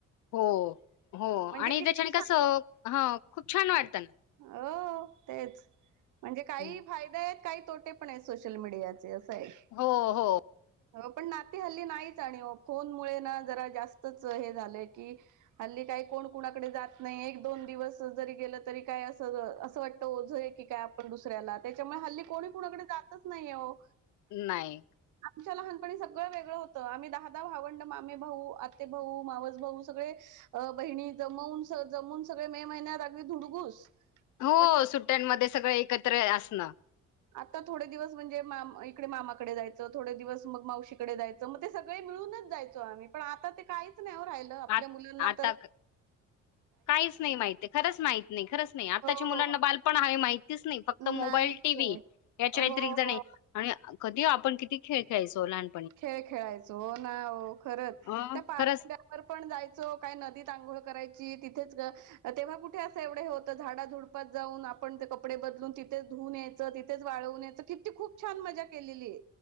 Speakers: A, on the left (about 75°); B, on the right (about 80°).
A: हो हो आणि
B: म्हणजे किती
A: त्याच्याने
B: छान
A: कसं हा खूप छान वाटतं.
B: हो तेच म्हणजे काही
A: हं.
B: फायदे हाईत काई तोटे पण हैत सोशल मीडियाच चे असं हाय.
A: हो, हो.
B: पण नाती हाल्ली नाहीच आणि ओ फोन मुळे ना जरा जास्तच हे झालंय की हाल्ली काय काय कोण कुणाकडे जात नाही एक दोन दिवस जरी गेलं तरी काय असच असं वाटत ओझं हाय की काय. आपण दुसऱ्याला त्याच्यामुळे हाल्ली कोणी कुणाकडे जातच नाहीयाय ओ.
A: नाई.
B: आमच्या लहानपणी सगळं वेगळं होतं आम्ही दहा दहा भावंड मामेभाऊ, आतेभाऊ, मावसभाऊ सगळे अ बहिणी जमवून स -जमून सगळे मे महिन्यात आगदी धुडगूस
A: हो
B: पण
A: सुट्टयांमध्ये सगळं एकत्र आसणं.
B: आता थोडे दिवस म्हणजे माम -इकडे मामाकडे जायचं थोडे दिवस मग मावशीकडे जायचं मग ते सगळे मिळूनच जायचो आ आम्ही पण आता ते काहीच नाही ओ राहिलं आपल्या
A: आत
B: मुलिंना
A: आता
B: तर
A: क काहीच नाही, महिती खरंच माहित नाई, खरंच नाई आताच्या
B: हो
A: मुलांना बालपण आहे माहित तीच नाई फक्त मोबाईल,
B: नाहीच
A: टीव्ही
B: आहे.
A: याच्या व्यतरीक्त
B: हो हो
A: नाई आणि कधी आपण किती खेळ खेळायचो लहान
B: खेळ खेळायचो हो ना हो खरंच
A: अ,
B: त्या -पारंब्यावर
A: खरंच,
B: पण जायचो काय नदीत नदीत आंघोळ करायची तिथेच ग- तेव्हा कुठे असं एवढं हे होत झाडाझुडपात जाऊन आपण ते कपडे ब बदलून तिथेच धुवून यायच तिथेच वाळवून यायचं किती खूप छान मजा केलेली.